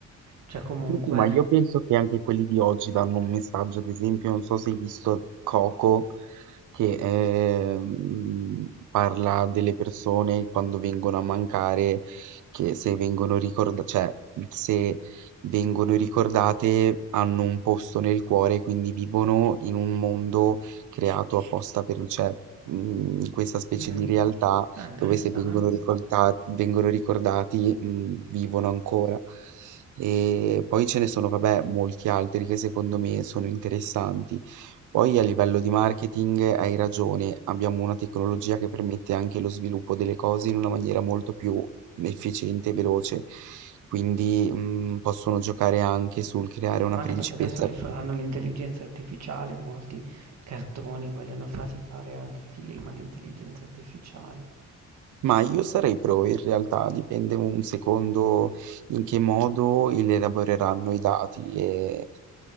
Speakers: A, on the right; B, on the right.
A: Cioè comunque,
B: Senti, ma io penso che anche quelli di oggi danno un messaggio, ad esempio, non so se hai visto Coco, che ehm, parla delle persone quando vengono a mancare, che se vengono ricordate, cioè se vengono ricordate hanno un posto nel cuore, quindi vivono in un mondo creato apposta per, cioè, mm, questa specie
A: mm,
B: di realtà
A: ah, interessante.
B: dove se vengono ricorda- vengono ricordati, mm, vivono ancora. E poi ce ne sono, vabbè, molti altri che secondo me sono interessanti. Poi a livello di marketing hai ragione, abbiamo una tecnologia che permette anche lo sviluppo delle cose in una maniera molto più efficiente e veloce, quindi mm, possono giocare anche sul creare
A: Sì,
B: una
A: ma
B: principessa.
A: anche perché adesso le
B: proprietaria.
A: faranno l'intelligenza artificiale, molti cartoni vogliono farli fare anche film all'intelligenza artificiale.
B: Ma io sarei pro, in realtà dipende un secondo in che modo elaboreranno i dati e